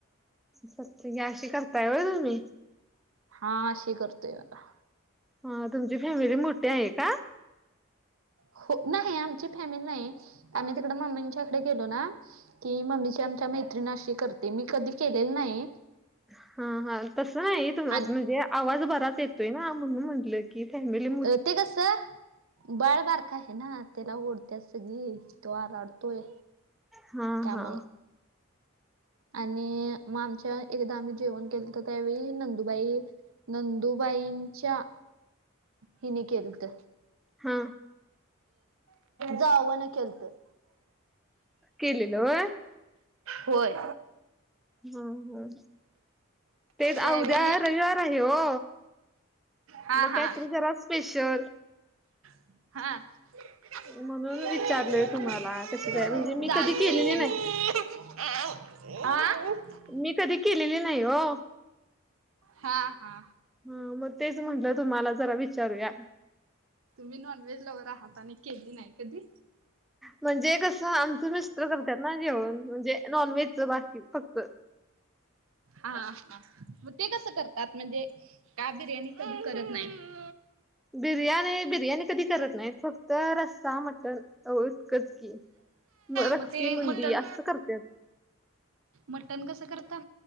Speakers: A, in the centre; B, on the right.
A: सत्य आशी करतायव होय तुम्ही.
B: हा अशी करतोय बगा.
A: ह तुमची फॅमिली मोठी आहे का?
B: हो नाही आमची फॅमिली नाही आम्ही तिकड मम्मींच्याकडे गेलो ना की मम्मीची आमच्या मैत्रिण आशी करते मी कधी केलेलं नाही
A: हा हा तस नाही त म्हणजे,
B: आणि
A: आवाज बराच येतोय ना म्हणून म्हटलंय. केक आणलंरला
B: ये ते कस. बाळबारक आहे ना त्याला ओढत्यात सगळी तो आराडतोय.
A: हा
B: त्यामुळं
A: हा
B: आणि मग आमच्या एकदा आम्ही जेवण केलं तर त्यावेळी नंदुबाई. नंदुबाईंच्या हिनी केलं त.
A: हा
B: जावन केलतं.
A: केलेल व्हय
B: होय.
A: ह ह तेच
B: त्यावेळी
A: उद्या रविवार व्ह आहे हो
B: हा
A: मग
B: हा
A: काहीतरी जरा स्पेशल.
B: हा
A: म्हणून
B: चालतय
A: विचारलंय तुम्हाला कशी काय म्हणजे
B: ते
A: मी कधी केलेली नाही
B: हा.
A: मी कधी केलेली नाही हो.
B: हा हा
A: हा मग तेच म्हटलं तुम्हाला जरा विचारूया.
B: तुम्ही नॉनव्हेज लवर आहात आणि केली नाही कधी
A: म्हणजे कसं आमचं मिस्टर करतात ना जेवण म्हणजे नॉन व्हेजच बाकी फक्त
B: हा हा. मग ते कसं करतात म्हणजे का बिर्याणी कधी करत नाही.
A: बिर्याणी, बिर्याणी कधी करत नाहीत. फक्त रस्सा, मटन हो इतकंच की, म रक्ती,
B: मग ते
A: मुंडी
B: मटण
A: असं करत्यात.
B: मटण कसं करता?